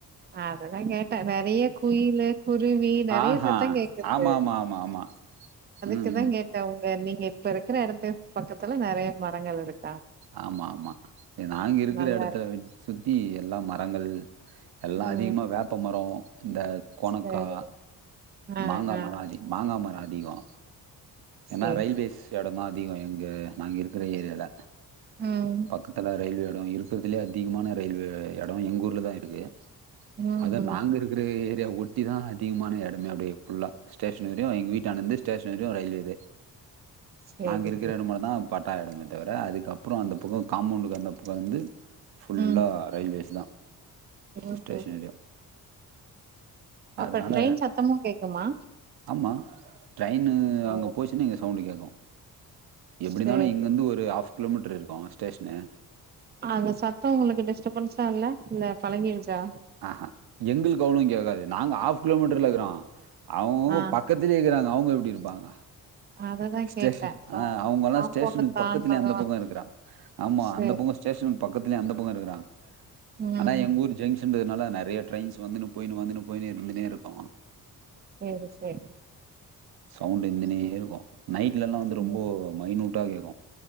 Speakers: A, on the right; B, on the right.
A: அததா கேட்டே நெறய குயிலு குருவி நெறய
B: ஆஹா
A: சத்த கேக்குது
B: ஆமா ஆமா ஆமா ஆமா ம்
A: அதா
B: ம்
A: கேட்டே உங்க நீங்க இப்ப இருகற இடத்த பக்கத்துல நெறய மரங்கள் இருக்கு
B: ஆமா ஆமா நாங்க இருக்கிற
A: நல்லா
B: இடத்துல
A: இருக்கு
B: சுத்தி எல்லா மரங்கள் எல்லா
A: ம்
B: அதிகமா வேப்ப மர இந்த கொனக்கா
A: சரி ஆ
B: மாங்காமர
A: ஆ
B: அதிக மாங்காமர அதிகம் ஏனா
A: சரி
B: ரயில்வேஸ்
A: சரி
B: இடமா அதிக எங்க நா இருக்கிற ஏரியால
A: ம்
B: பக்கதுல ரயில்வே இடம் இருக்கிறதுலயே அதிகமான ரயில்வே இடம் எங்க ஊர்ல தா இருக்கு
A: ம்
B: அத
A: ம்
B: நாங்க இருக்கிற ஏரியா ஒட்டிதான் அதிகமான இடமே அப்படியா ஃபுல்லா ஸ்டேஷன் வரையு எங்க வீட்டுனந்து ஸ்டேஷன் வரையு ரயில்வேது
A: சரி
B: நாங்க இருக்கிற
A: சரி
B: இடமட்டு தா பட்டா இடமே தவிர அதுக்கப்பற அந்த பக்கம் காம்பவுண்டுக்கு அந்த பக்கம் வந்து ஃபுல்லா
A: ம்
B: ரயில்வேஸ் தா
A: ம்
B: ஸ்டேஷன்
A: ம்
B: ஏரியா
A: அப்ப
B: அதனால
A: ட்ரெயின் சத்தமும் கேக்குமா
B: ஆமா ட்ரய்ன்னு
A: ஓ
B: அங்க போச்சுனா இங்க சவுண்டு கேக்கு எப்டி
A: சரி
B: இருந்தாலு இங்கந்து ஒரு ஆஃப் கிலோமீட்ரு இருக்கோ ஸ்டேஷ்ன்னு
A: அந்த சத்தோ உங்களுக்கு டிஸ்டபன்சா இல்ல இல்ல பழகிருச்சா
B: அ ஆ எங்குளுக்கு அவ்ளோ கேக்காது நாங்க ஆஃப் கிலோமீட்டர்ல இருக்குறோ அவுங்கவுங்க
A: ஆ
B: பக் பக்கத்திலே இருக்கிறாங்க அவங்க எப்டி இருப்பாங்க
A: அததா
B: ஸ்டேஷன்
A: கேட்டே கா
B: ஆ அவங்கள்ளா
A: காம்பவுண்ட்
B: ஸ்டேஷனுக்கு
A: தாண்டுனது
B: பக்கத்துலே அந்த பக்கோ இருக்குறாங்க ஆமா
A: சரி
B: அந்த பக்கோ ஸ்டேஷன் பக்கத்துலயே அந்த பக்கோ இருக்குறாங்க
A: ம்
B: ஆனா எங்க ஊர் ஜெங்ஷ் இந்ததுனால நெறைய ட்ரெயின்ஸ் வந்துன்னு போயின்னு வந்துனு போயின்னு இருந்துன்னே இருக்கோ
A: செரி செரி
B: சவுண்ட்டு இருந்துன்னே இருக்கோ நைட்லல்லா வந்து ரொம்போ
A: ம்
B: மைனூட்டா கேக்கோ